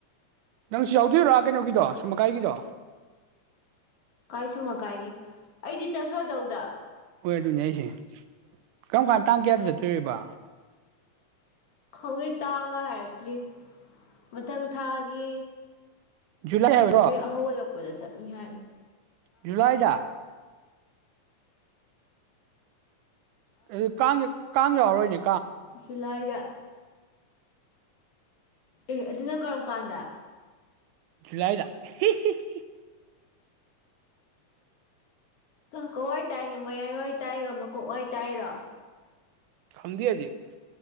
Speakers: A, on the right; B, on the left.
A: ꯅꯪꯁꯨ ꯌꯥꯎꯗꯣꯏꯔꯥ ꯀꯩꯅꯣꯒꯤꯗꯣ ꯁꯨꯝꯃꯀꯥꯏꯒꯤꯗꯣ
B: ꯀꯥꯏꯁꯨꯝꯃ ꯀꯥꯏꯒꯤ ꯑꯩꯗꯤ ꯆꯠꯈ꯭ꯔꯗꯧꯗ
A: ꯍꯣꯏ ꯑꯗꯨꯅꯦ ꯑꯩꯁꯦ ꯀꯔꯝ ꯀꯥꯟ ꯇꯥꯡ ꯀꯌꯥꯗ ꯆꯠꯇꯣꯏꯔꯤꯕ
B: ꯈꯪꯗ꯭ꯔꯤ ꯇꯥꯡꯒ ꯍꯥꯏꯔꯛꯇ꯭ꯔꯤ ꯃꯊꯪ ꯊꯥꯒꯤ
A: ꯖꯨꯂꯥꯏ ꯍꯥꯏꯕ꯭ꯔꯣ
B: ꯑꯗꯨꯏ ꯍꯧꯒꯠꯂꯛ ꯄꯨꯂ ꯆꯠꯅꯤ ꯍꯥꯏ
A: ꯖꯨꯂꯥꯏꯗ ꯑꯗꯨ ꯀꯥꯡ ꯀꯥꯡ ꯌꯥꯎꯔꯣꯏꯅꯦ
B: ꯨꯖꯨꯂꯥꯏꯗ ꯑꯦ ꯑꯗꯨꯅ ꯀꯔꯝ ꯀꯥꯟꯗ
A: ꯖꯨꯂꯥꯏꯗ ꯍꯤ ꯍꯤ ꯍꯤ
B: ꯀꯋꯥꯏ ꯇꯥꯏꯅꯣ ꯃꯌꯥꯏꯋꯥꯏ ꯇꯥꯏꯔꯣ ꯃꯀꯣꯛ ꯋꯥꯏ ꯇꯥꯏꯔꯣ
A: ꯈꯪꯗꯦꯔꯤ ꯍꯧꯖꯤꯛ